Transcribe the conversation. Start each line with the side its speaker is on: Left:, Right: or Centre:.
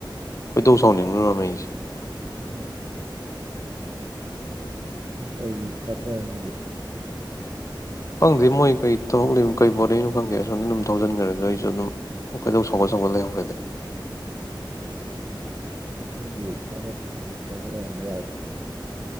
Left: ꯈꯣꯏꯗꯧ ꯁꯥꯎꯅꯤꯡꯈ꯭ꯔꯕꯉꯩꯁꯤ
Right: ꯎꯝ ꯀꯩꯒꯤ ꯆꯠꯄ ꯑꯣꯏꯔꯝꯃꯒꯦ
Left: ꯈꯪꯗꯦ ꯃꯣꯏ ꯀꯩ ꯊꯕꯛ ꯂꯩꯅꯣ ꯀꯩ ꯕꯣꯔꯠꯅꯣ ꯈꯪꯗꯦ ꯑꯩ ꯁꯣꯝꯗ ꯑꯗꯨꯝ ꯊꯧꯖꯤꯟꯈ꯭ꯔꯒ ꯑꯩꯁꯨ ꯑꯗꯨꯝ ꯀꯩꯗꯧ ꯁꯧꯒꯠ ꯁꯧꯒꯠ ꯂꯩꯍꯧꯔꯦꯗ
Right: ꯎ ꯃꯒꯤ ꯊꯕꯛ ꯀꯌꯥ ꯂꯛꯞꯒꯤ ꯑꯣꯏꯔꯝꯕ ꯌꯥꯏꯗ